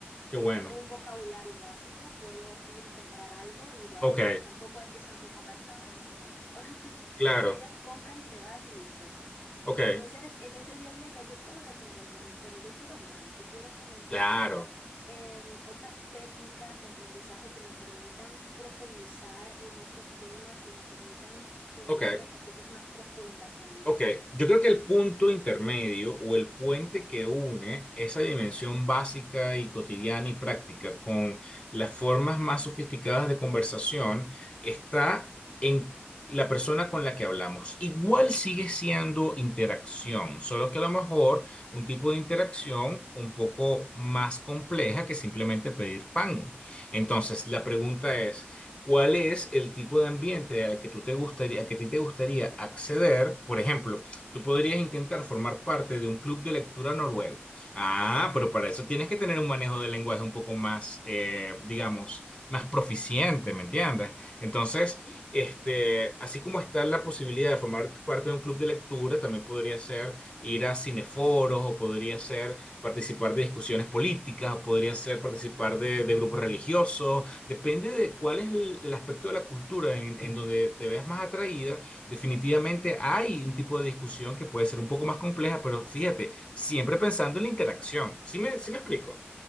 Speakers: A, on the left; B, on the left.
A: qué
B: Eh,
A: bueno.
B: tengo un vocabulario básico, puedo ir y comprar algo, igual
A: Ok,
B: tampoco es que sean muy conversadores los noruegos. <laughs>
A: claro,
B: Llegas, compras y te vas y listo.
A: ok,
B: Entonces, en ese día a día ya yo puedo desenvolverme, pero yo quiero más, yo quiero como encontrar
A: claro,
B: em, otras técnicas de aprendizaje que me permitan profundizar en otros temas, que me permitan tener
A: ok.
B: conversaciones más profundas también.
A: Ok, yo creo que el punto intermedio o el puente que une esa dimensión básica y cotidiana y práctica con las formas más sofisticadas de conversación está en la persona con la que hablamos. Igual sigue siendo interacción, solo que a lo mejor un tipo de interacción un poco más compleja que simplemente pedir pan. Entonces, la pregunta es cuál es el tipo de ambiente al que tú te gustaría, al que a ti te gustaría acceder. Por ejemplo, tú podrías intentar formar parte de un club de lectura noruego. Ah, pero para eso tienes que tener un manejo del lenguaje un poco más, eh, digamos, más proficiente, ¿me entiendes? Entonces,
B: Sí.
A: este, así como está la posibilidad de formar parte de un club de lectura, también podría ser ir a cineforos o podría ser participar de discusiones políticas, o podría ser participar de, de grupos religiosos Depende de cuál es el, el aspecto de la cultura en, en donde te veas más atraída. Definitivamente hay un tipo de discusión que puede ser un poco más compleja, pero fíjate, siempre pensando en la interacción. ¿Sí me, sí me explico?